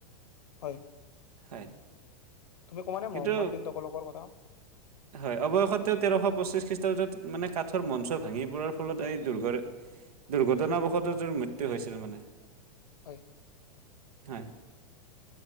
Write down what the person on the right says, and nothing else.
হয়।
কিন্তু
হয়, অৱশেষত তেওঁ তেৰশ পঁচিশ খ্ৰীষ্টাব্দত মানে কাঠৰ মঞ্চ ভাঙি পৰাৰ ফলত এই দুৰ্ঘ-দুৰ্ঘটনাবশ তেওঁৰ মৃত্যু হৈছিল মানে।
হয়।